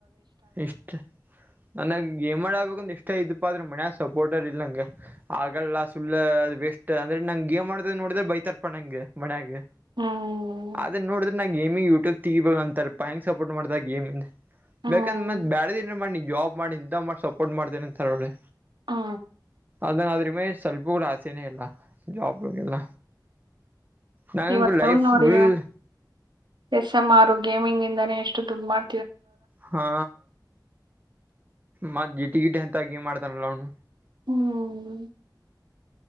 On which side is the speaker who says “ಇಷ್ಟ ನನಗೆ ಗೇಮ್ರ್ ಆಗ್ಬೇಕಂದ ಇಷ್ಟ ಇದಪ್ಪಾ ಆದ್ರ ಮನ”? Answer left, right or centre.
Right